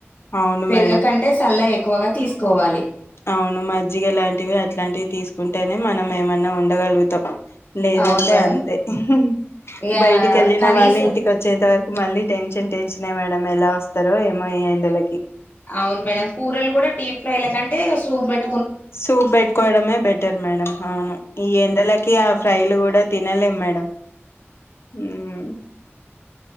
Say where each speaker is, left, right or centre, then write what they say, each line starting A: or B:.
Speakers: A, on the left; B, on the left.
A: అవును
B: పెరిగకంటే
A: మేడం
B: సల్ల ఎ క్కువగా తీసుకోవాలి.
A: అవును మజ్జిగ లాంటివి అట్లాంటివి తీసుకుంటేనే మనం ఏమన్నా ఉండగలుగు తాం లేదంటే
B: అవును మేడం
A: అంతే హుహుహ్
B: ఇక
A: బయటికి వెళ్ళిన
B: కర్రీస్
A: వాళ్ళు ఇంటికి వచ్చేంత వరకు మళ్ళీ టెన్షన్ టెన్షన్ ఎ మేడం ఎలా వస్తారో ఏమో ఇ ఎండలకి
B: అవును మేడం కూరలు కూడా డీప్ ఫ్రై ల కంటే సూప్ పెట్
A: సూప్ బెట్టుకోవడమే బెటర్ మేడం అవును ఈ ఎండలకి ఆ ఫ్రైలు కూడా తిన నేలే మేడం హ్మ్